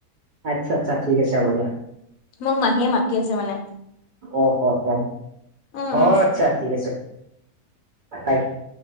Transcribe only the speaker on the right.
আচ্ছা আচ্ছা ঠিক আছে হ'ব দিয়া।
অ', অ',
আচ্ছা ঠিক আছে। <inaudible>